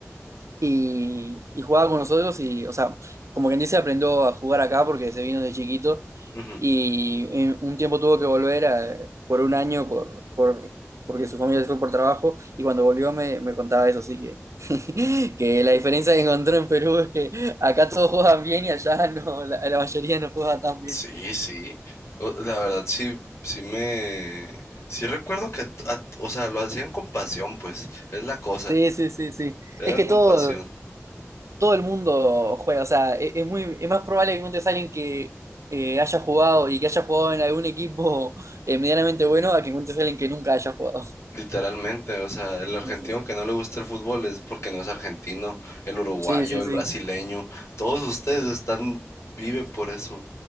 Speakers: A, on the right; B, on the left.
A: y, y jugaba con nosotros y, o sea, como quien dice, aprendió a jugar acá porque se vino de chiquito
B: ujú.
A: y en un tiempo tuvo que volver a- por un año por, por, porque su familia se fue por trabajo y cuando volvió me, me contaba eso, así que, <laughs> que la diferencia que encontró en Perú es que acá todos juegan bien y allá no, la, la mayoría no juega tan
B: Sí, sí. O- La verdad, sí, sí me... Sí recuerdo que, a- a- o sea, lo hacían con pasión, pues, es la cosa.
A: Sí, sí, sí, sí.
B: Era
A: Es que
B: compasión,
A: todo, todo el mundo juega, o sea, e- es, muy, es más probable que encuentres a alguien que eh, haya jugado y que haya jugado en algún equipo <laughs> eh, medianamente bueno a que encuentres a alguien que nunca haya jugado.
B: literalmente. O sea, el argentino
A: <laughs>
B: que no le gusta el fútbol es porque no es argentino, el uruguayo,
A: Sí, sí,
B: el
A: sí.
B: brasileño, todos ustedes están, viven por eso.